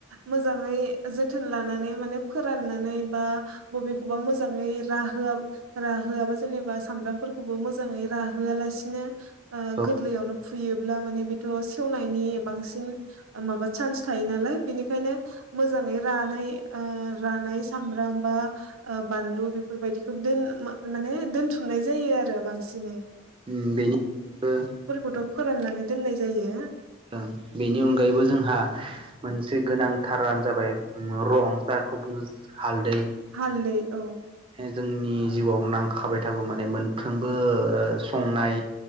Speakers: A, on the right; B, on the right.
A: मोजाङै जोथोन लानानै माने फोराननानै बा बबेखौबा मोजाङै राहोआब राहोआबा जेनेबा सामब्राम फोरखौबो मोजाङै राहोआ लासिनो ओ
B: औ
A: गोर लैयावनो फुयोब्ला माने बेथ' सेवनायनि बांसिन माबा चान्स थायो नालाय बेनिखायनो मोजाङै रानाय ओ रानाय सामब्राम बा बानलु बेफोरबायदिखौ दोन माने दोनथुमनाय जायो आरो बांसिनै।
B: उम बेनि <unintelligible> ओ।
A: थ' फोराननानै दोननाय जायो।
B: ओं बेनि अनगायैबो जोंहा मोनसे गोनांथारानो जाबाय रं जाखौ बुङो हालद दै
A: हालदै औ
B: जोंनि जिउआव नां खाबाय थागौ माने मोनफ्रोमबो ओ संनाय